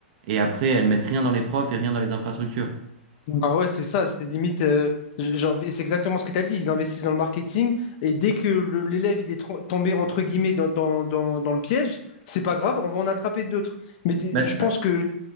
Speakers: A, on the right; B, on the left.
A: et après elles mettent rien dans les profs et rien dans les infrastructures.
B: Bah ouais, c'est ça, c'est limite. euh, j- j'en- c'est exactement ce que tu as dit. Ils investissent dans le marketing et dès que le- l'élève il est tro- tombé entre guillemets dans, dans, dans, dans le piège, c'est pas grave, on va en attraper d'autres. Mais d-
A: Bah
B: je
A: c'est ça.
B: pense que